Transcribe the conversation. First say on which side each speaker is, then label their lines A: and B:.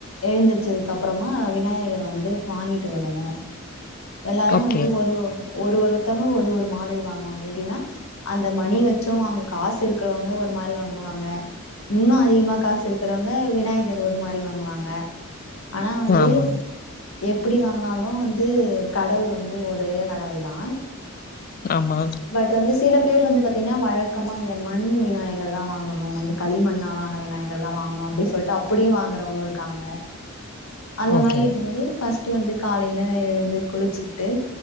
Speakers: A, on the left; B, on the left.
A: எழுந்திரிச்சதுக்கப்பறமா விநாயகர் வந்து வாங்கிட்டு வருவோ எல்லாரு
B: ஓகே
A: வந்து ஒரு ஒரு ஒருத்தவங்க ஒரு ஒரு மாதிரி வாங்குவாங்க எப்டினா அந்த மணி வச்சு வாங் காசு இருக்கறவங்க ஒரு மாரி வாங்குவாங்க இன்னு அதிகமா காசு இருக்கறவங்க விநாயகர் ஒரு மாரி வாங்குவாங்க ஆனா வந்து
B: ஆமா
A: எப்டி வாங்கனாலு வந்து கடவுள் வந்து ஒரே கடவுள் தா
B: ஆமா
A: ட்ட வந்து சில பேர் வந்து பாத்திங்னா வழக்கமா இந்த மண் விநாயகர் தா வாங்கணு இந்த களிமண்ணால ஆன விநாய கர்தா வாங்கணு அப்டி சொல்ட்டு அப்புடியு வாங்குறவுங்களு இருக்காங்க அந்த
B: ஓகே
A: மாரி இருக்கும் போது ஃபர்ஸ்டு வந்து காலைல எழுந்து குளிச்சுட்டு